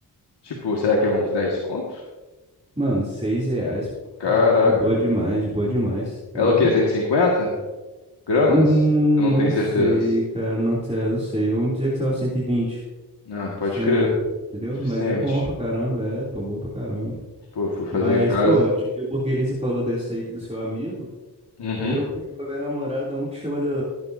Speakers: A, on the left; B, on the right.
A: Tipo, será que é uns 10 conto?
B: Mano, 6 reais.
A: Caraca.
B: De boa demais, de boa demais, tá
A: Ela
B: ligado?
A: é o quê? cento e cinquenta gramas?
B: Hum,
A: Eu não
B: não
A: tenho
B: sei,
A: certeza.
B: cara, não sei, não sei. Vamos dizer que são 120.
A: Ah, pode
B: 100,
A: crer.
B: entendeu?
A: Suficiente.
B: Mas é bom pra caramba, é, pô, bom pra caramba.
A: Pô, foi fazer
B: Mas,
A: em casa.
B: pô, de, de hamburgueria você falou dessa aí do seu amigo?
A: Uhum.
B: Eu pedi com a minha namorada um que chama de